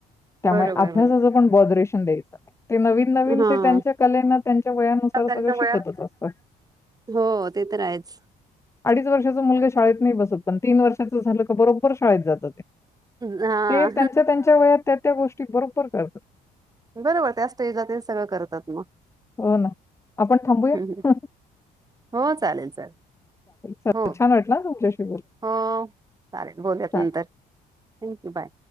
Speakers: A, on the left; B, on the right.
A: त्यामुळे
B: बरोबर,
A: अभ्यासा
B: बरोबर.
A: पण ब ते नवीन नवीन
B: हां.
A: त्यांच्या कलेना त्यांच्या वयानुसार
B: त्यांच्या
A: सगळं शिकतच
B: वयान
A: असतं
B: हो अ ते तर आहेच.
A: अडीच वर्षांचा मुलगा शाळेत नाही बसत पण ते तीन वर्षाच झाले की ते बरोबर शाळेत जात ते
B: हा
A: पण त्यांच्य त्याच त्या गोष्टी बरोबर कळतात
B: बरोबर त्या स्टेजला ते सगळं करतात ना
A: हो ना आपण थांबूयात
B: हं.
A: का
B: हो चालेल चालेल
A: चालेल
B: हो
A: छान वाटलं हं तुमच्याशी बोलून
B: हो चालेल बोलूयात
A: चालेल.
B: नंतर थँक्यू बाय